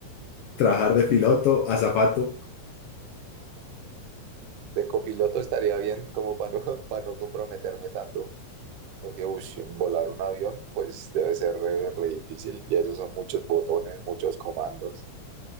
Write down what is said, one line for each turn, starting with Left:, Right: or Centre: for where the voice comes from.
Left: ¿Trabajar de piloto, azafato?
Right: de copiloto estaría bien como para no, <laughs> para no comprometerme tanto, porque ush, volar un avión pues debe ser re, re difícil y esos son muchos botones, muchos comandos.